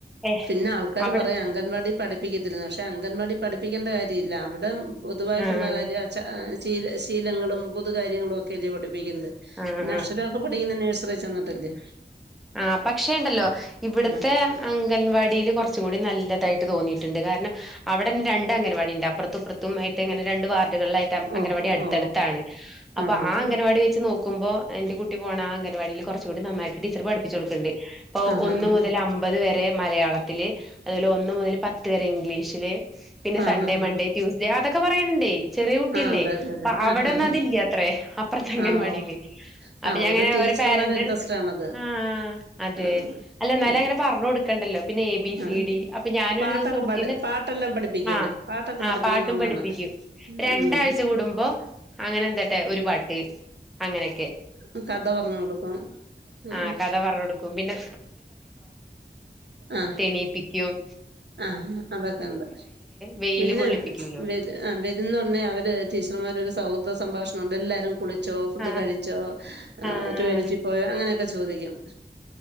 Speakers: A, in the centre; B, on the right.
A: ഏഹ്
B: പിന്നെ ആൾക്കാര്
A: അവിടെ
B: പറയാ അംഗൻവാടി- പഠിപ്പിക്കത്തില്ല പക്ഷെ അംഗൻവാടി പഠിപ്പിക്കേണ്ട കാര്യയില്ല, അവ്ടെ പൊതുവായിട്ടുള്ള
A: ആഹ്
B: കാര്യം- ച്ച ശീല ശീലങ്ങളും പൊതു- കാര്യങ്ങളും ഒക്കെ അല്ലേ, പഠിപ്പിക്കുന്നുണ്ട്
A: ആഹ്
B: പിന്നെ അക്ഷരൊക്കെ.
A: ആഹ്
B: ഫ്രീ ന്ന് നഴ്സറി ചെന്ന്ട്ട്ല്ലേ.
A: ആഹ് പക്ഷേണ്ടല്ലോ ഇവ്ട്ത്തെ,
B: ആ
A: അംഗൻവാടീൽ കൊർച്ചും കൂടി- നല്ലതായിട്ട് തോന്നിട്ട്ണ്ട് കാരണം, അവ്ടെന്നെ രണ്ട് അംഗൻവാടിണ്ട- അപ്പർത്തും, ഇപ്പർത്തും മായിട്ട്ങ്ങനെ രണ്ട് വാർ- ഡ് കൾലായിട്ട്
B: ഓ
A: അങ്കൻവാടി അടുത്തടുത്താണ്
B: ഓ
A: അപ്പോ,
B: ആ ഹാ
A: ആഹാ
B: ഹാ
A: അങ്കൻവാടി വെച്ച് നോ- ക്കുമ്പോ എന്റെ കുട്ടി പോണ ആഹാ അങ്കൻവാടിൽ കൊർച്ചുകൂടി- നായിട്ട് ടീച്ചർ പ- പ്പിചൊട്ക്കെണ്ടി ഇപ്പൊ
B: ആ ഹാ
A: ഒന്നു
B: ഹാ
A: മുതൽ അമ്പത് വരെ മലയാളത്തില് അതില് ഒന്ന് മുതൽ പത്ത് ത്ത് വരെ ഇംഗ്ലീഷില് പിന്നെ
B: ആ
A: സൺഡേ
B: ഹാ
A: മൺഡേ
B: ഹാ
A: ട്യൂസ്ഡേ അതൊക്കെ പറയണ്ണ്ടെ ചെറിയ കുട്ടിയല്ലേ
B: ആ അതെ അതെ അതെ
A: അപ്പൊ അവടന്നതില്ലാത്രെ
B: ആ ഹാ ഹാ
A: അപ്പർത്തെ അംഗൻവാടില്
B: ആ ഓ
A: അപ്പൊ
B: ആ
A: ഞാൻങ്ങനെ
B: ഓരോ ടീച്ചർമാരെ
A: ഒരോ പോരന്റട്ത്ത്
B: ഇൻട്രസ്റ്റ് ആണത്
A: ആഹ് അതെ
B: ആ
A: അല്ല ന്നാലും
B: ആ
A: അങ്ങനെ പറഞൊട് ക്കണ്ടല്ലോ പിന്നെ എ ബി സി
B: ആ
A: ഡി അപ്പൊ ഞാനൊരു
B: പാട്ടൊക്കെ
A: ദിവസം കുട്ടിന്റെ
B: പഠി പാട്ടെല്ലാം പഠിപ്പിക്കുവല്ലേ
A: ആഹ്
B: പാട്ടൊക്കെ
A: ആന്
B: പഠിപ്പിക്കുന്ന
A: പാട്ടും
B: ഒന്നാണ്
A: പഠിപ്പിക്കും രണ്ടാഴ്ച
B: ഉം
A: കൂടുമ്പോ അങ്ങനെ എന്തട്ടെ ഒരു പാട്ട് ട്ട് അങ്ങനെക്കെ
B: ഉം കഥ പറഞൊട്ക്കും ഉം
A: ആഹ്
B: ഉം
A: കഥ പറഞ്ഞു കൊടുക്കും പിന്നെ
B: ആഹ്
A: കേപിക്കും
B: ആഹ് അതൊക്കെണ്ട്
A: വെയില്
B: പിന്നെ
A: കൊള്ളിപ്പിക്കൂല്ലോ
B: അന് വരുന്നൊട്ണേ അവര് ടീച്ചർമാരൊരു സൗഹൃദ സംഭാഷണം ഉണ്ട് എല്ലാരും കുളി ച്ചോ ഫുഡ്
A: ആഹ്
B: കഴിച്ചോ
A: ആഹ്
B: ടോയ്ലറ്റി പോയോ അങ്ങനെക്കെ ചോദിക്കും